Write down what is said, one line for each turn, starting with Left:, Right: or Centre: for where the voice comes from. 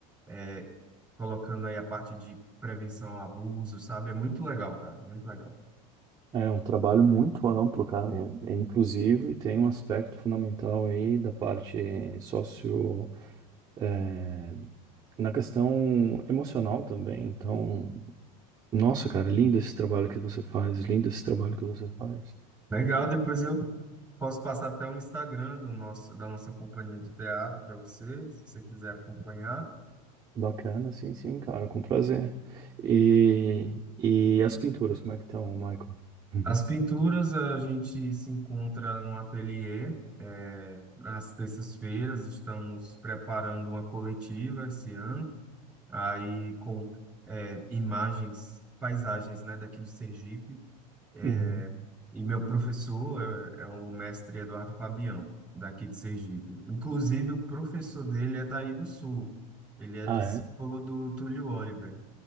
Centre: é, colocando aí a parte de prevenção ao abuso, sabe? É muito legal, cara, muito legal.
Right: é um trabalho muito amplo, cara, é é inclusivo e tem um aspecto fundamental aí da parte sócio, é, na questão emocional também. Então, Nossa, cara, lindo esse trabalho que você faz, lindo esse trabalho que você faz.
Centre: Legal, depois eu posso passar até o Instagram do nosso, da nossa companhia de teatro para você, se você quiser acompanhar.
Right: Bacana, sim, sim, cara, com prazer. E, e as pinturas, como é que estão, Michael? <laughs> Uhum.
Centre: As pinturas a gente se encontra no ateliê, eh, nas terças-feiras, estamos preparando uma coletiva esse ano, aí com eh, imagens, paisagens, né, daqui de Sergipe,
Right: Uhum.
Centre: É, e meu professor é, é o mestre Eduardo Fabião, daqui de Sergipe. Inclusive, o professor dele é daí do Sul, ele é
Right: Ah,
Centre: discípulo
Right: é?
Centre: do Túlio Oliver,